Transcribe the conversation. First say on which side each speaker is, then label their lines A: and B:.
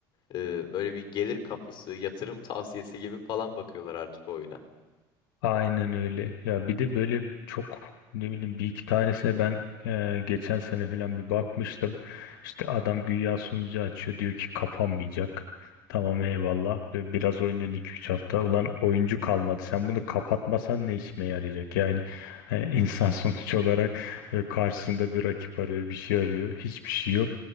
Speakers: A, on the left; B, on the left.
A: Ee, böyle bir gelir kapısı, yatırım tavsiyesi gibi falan bakıyorlar artık oyuna.
B: Aynen öyle. Ya bir de böyle çok ne bileyim bir iki tanesine ben e, geçen sene falan bir bakmıştım. İşte adam güya sunucu açıyor diyor ki kapanmayacak. Tamam eyvallah. Ve Biraz oynuyorsun iki üç hafta. Ulan oyuncu kalmadı. Sen bunu kapatmasan ne işime yarayacak? Yani e, <laughs> insan sonuç olarak e, karşısında bir rakip arıyor, bir şey arıyor. Hiçbir şey yok.